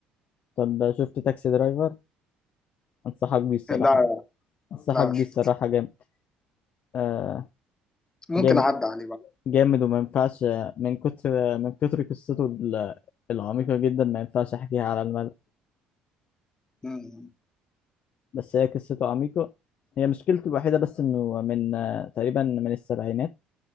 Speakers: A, on the left; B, on the left.
A: طب آه، شفت تاكسي درايفر؟ أنصحك بيه الصراحة
B: لا
A: أنصحك
B: لا
A: بيه
B: مشفتوش
A: الصراحة جامد آه،
B: ممكن
A: جامد
B: أعدي عليه بقى
A: جامد وما ينفعش آه، من كتر آه، من كتر قصته ال- العميقة جدا ما ينفعش أحكيها على الملأ
B: مم.
A: بس هي قصته عميقة هي مشكلته الوحيدة بس إنه من آه، تقريبا من السبعينات